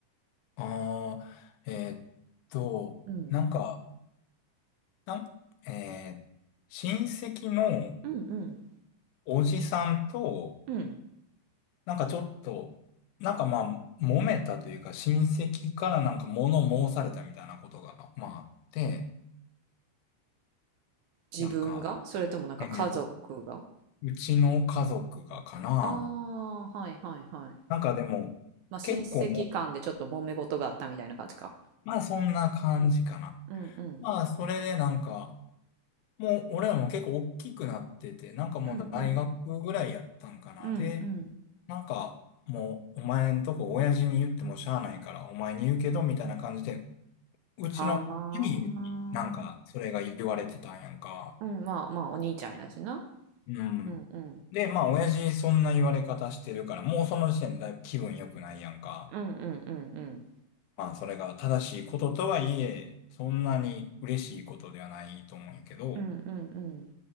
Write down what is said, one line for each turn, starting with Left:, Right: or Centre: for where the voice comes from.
Left: ああ、えーっと、
Right: うん
Left: なんか、なん、えー親戚の
Right: うんうん
Left: おじさんと、
Right: うん
Left: なんかちょっと、なんかまあ、揉めたというか、親戚からなんか物申されたみたいなことが、まああって、
Right: 自分がそれともなんか家族が
Left: なんか、えーと、うちの家族がかな。
Right: ああ、はいはいはい。
Left: なんかでも、
Right: まあ、親戚間でちょっと揉め事があったみたいな感じか。
Left: 結構もう、まあそんな感じかな。
Right: うん。うんうん
Left: まあ、それでなんか、もう、俺らも結構大きくなってて、なんかもう大学ぐらいやったんかな。
Right: うんうんうんうん
Left: で、なんか、もう、お前んとこ親父に言ってもしゃあないから、お前に言うけど、みたいな感じで、うちの兄になんか、
Right: はあ
Left: それが言われてたんやんか。
Right: うんまあまあお兄ちゃんやしな
Left: うん。
Right: うんうん
Left: で、まあ、親父そんな言われ方してるから、もうその時点でだいぶ気分良くないやんか。
Right: うんうんうん
Left: まあ、それが正しいこととはいえ、そんなに嬉しいことではないと思うんやけど、
Right: うんうんうんうん